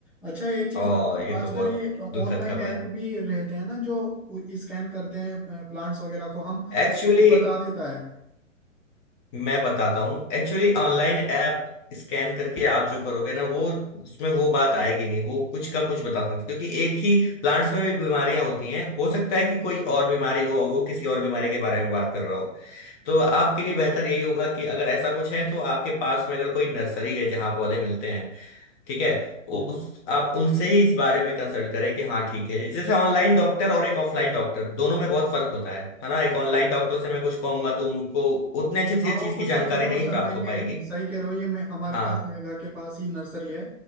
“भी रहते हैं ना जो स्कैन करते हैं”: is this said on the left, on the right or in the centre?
Centre